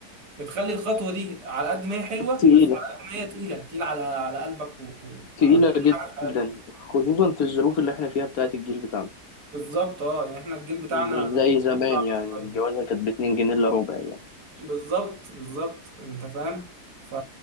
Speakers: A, on the right (about 75°); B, on the left (about 65°).
A: بتخلي الخطوه دي على قد ما هي حلوه
B: تقيله
A: بس على قد ما هي تقيله تقيله على على قلبك و-
B: تقيله
A: وعلى كل حاجه في حياتك
B: جدا خصوصا في الظروف اللي احنا فيها بتاعت الجيل بتاعنا
A: بالظبط اه يعني احنا الجيل بتاعنا
B: مش زي زمان
A: صعب
B: يعني
A: شويه
B: الجوازة كانت باتنين جنيه إلا ربع يعني
A: بالظبط بالظبط انت فاهم ف...